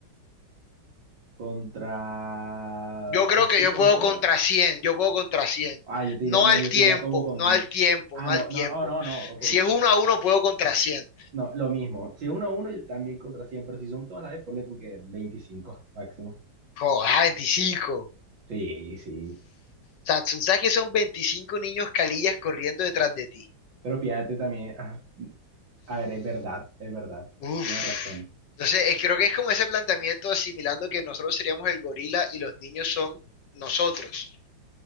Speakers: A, on the right; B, on the left.
A: Contra,
B: Yo creo
A: así
B: que yo
A: como
B: puedo
A: estoy
B: contra
A: ahora.
B: cien yo puedo contra cien
A: Ah, yo te
B: No
A: diría menos,
B: al
A: yo
B: tiempo,
A: te diría como con...
B: no al tiempo,
A: Ah,
B: no
A: no,
B: al
A: no,
B: tiempo.
A: oh, no, no, ok,
B: Si es uno a uno, puedo contra cien
A: No, lo mismo. Si es uno a uno, yo también contra cien pero si son todas las de, ponle tú que 25 máximo.
B: Joder, veinticinco O
A: Sí, sí.
B: sea, tú sabes que son 25 niños calillas corriendo detrás de ti.
A: Pero fíjate también, ah, a ver, es verdad, es verdad.
B: Uf.
A: Tienes razón.
B: Entonces, eh, creo que es como ese planteamiento asimilando que nosotros seríamos el gorila y los niños son nosotros.